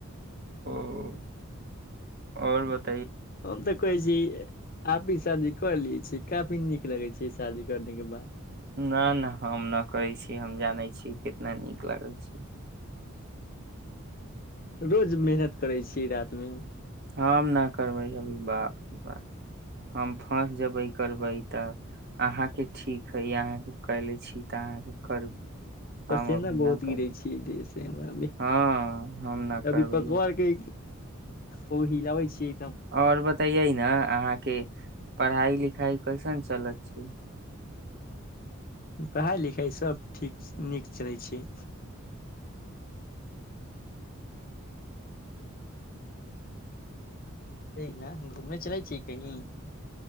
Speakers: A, on the right; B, on the left.
A: ओ हो आओर बता
B: हम तऽ कहय छी आप ई शादी कर लिय छीयै काफी नीक लगे छै शादी करने के बाद
A: न नहि हम नहि करै छी हम जानै छी केितना नीक लागै छै
B: रोज मेहनत करै छी रातिमे
A: हम नहि करबै अभी बाप रे बाप हम फस जेबै करबै तऽ अहाँके ठीक हइ अहाँके कयले छी तऽ अहाँके करू
B: पसीना
A: हम अभी
B: बहुत
A: न करबै
B: गिरे छियै देह से हमरा
A: हँ हम न
B: अभी
A: करबै
B: पकवाके ओ हिलाबै छीये
A: और बतैये ने अहाँके पढ़ाई लिखाई कैसन छै गलत छै
B: पढ़ाइ लिखाइ सभ ठीक नीक चलै छै ठीक ना न घूमने चलै छीियै कही